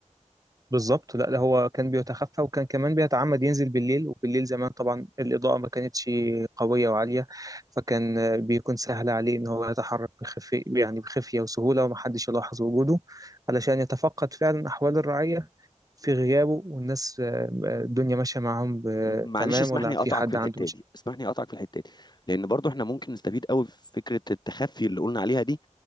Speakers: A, on the right; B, on the left.
A: بالظبط لا لا هو كان بيتخفى وكان كمان بيتعمد ينزل بالليل وبالليل زمان طبعا الإضاءة ما كانتش قوية وعالية فكان آه، بيكون سهل عليه ان هو يتحرك بخفي يعني بخفية وسهولة ومحدش يلاحظ وجوده علشان يتفقد فعلا أحوال الرعية في غيابه والناس آه، آه، الدنيا ماشية معاهم ب-
B: م- معلش
A: تمام
B: اسمح
A: ولا
B: لي
A: في
B: اقطعك
A: حد
B: في الحته
A: عنده مشاكل
B: دي اسمح لي اقطعك في الحته دي لان برضو احنا ممكن نستفيد قوي في فكره التخفي اللي قلنا عليها دي